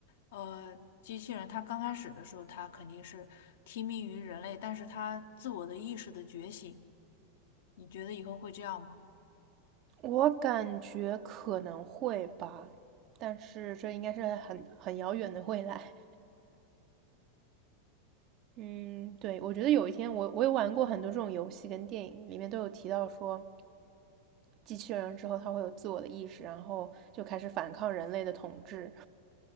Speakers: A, on the left; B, on the right.
A: 呃，机器人它刚开始的时候，它肯定是听命于人类，但是它自我的意识的觉醒，你觉得以后会这样吗？
B: 我感觉可能会吧，但是这应该是很很遥远的未来。嗯，对，我觉得有一天我我也玩过很多这种游戏跟电影，里面都有提到说，机器人之后它会有自我的意识，然后就开始反抗人类的统治。